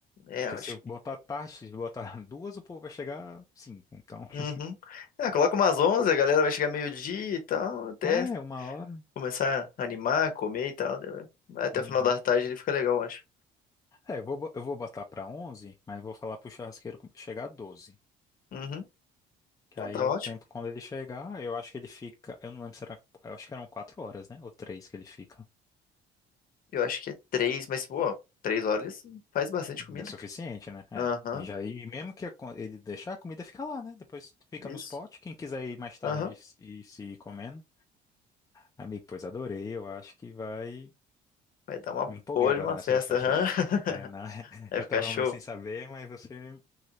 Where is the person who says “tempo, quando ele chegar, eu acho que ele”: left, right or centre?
Left